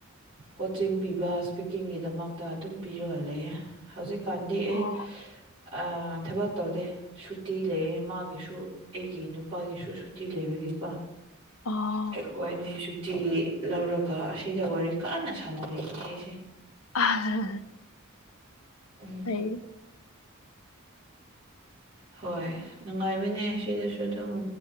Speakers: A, on the right; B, on the left.
A: ꯀꯣꯆꯤꯡ ꯄꯤꯕ ꯏꯁꯄꯤꯀꯤꯡꯒꯤꯗꯃꯛꯇ ꯑꯗꯨꯝ ꯄꯤꯔꯒ ꯂꯩꯌ‌ꯦ ꯍꯧꯖꯤꯛ ꯀꯥꯟꯗꯤ ꯑꯩ
B: ꯑꯣ
A: ꯑꯥ ꯊꯕꯛ ꯇꯧꯗꯦ ꯁꯨꯇꯤ ꯂꯩꯌꯦ ꯃꯥ ꯒꯤꯁꯨ ꯑꯩꯒꯤ ꯅꯨꯄꯥꯒꯤꯁꯨ ꯁꯨꯇꯤ ꯂꯩꯕꯤꯒꯤꯀꯣ
B: ꯑ
A: ꯑꯩꯈꯣꯏꯅ ꯁꯨꯇꯤ ꯂꯧꯔꯒ ꯑꯁꯤꯗ ꯋꯥꯔꯤ ꯀꯥꯟꯅ ꯁꯥꯟꯅꯔꯛꯏ ꯑꯩꯁꯦ
B: ꯑꯥ
A: ꯎꯝ
B: ꯎ
A: ꯍꯣꯏ ꯅꯨꯡꯉꯥꯏꯕꯅꯦ ꯁꯤꯗꯁꯨ ꯑꯗꯨꯝ